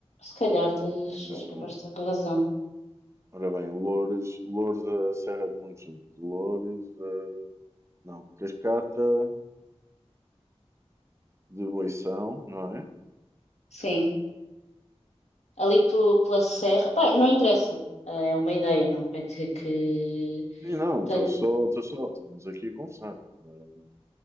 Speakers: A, on the left (about 85°); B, on the right (about 25°).
A: se calhar tens,
B: Ainda são.
A: és capaz de ter razão.
B: Ora bem, Loures, Loures a Serra de Montejuntos. Loures a. Não, Cascata de Boição, não é?
A: Sim, ali pe- pela serra, pá, não interessa. Ah, É uma ideia, não quer dizer que
B: Sim, não,
A: tenho.
B: estou só, estou só. Estamos aqui a conversar. Uh,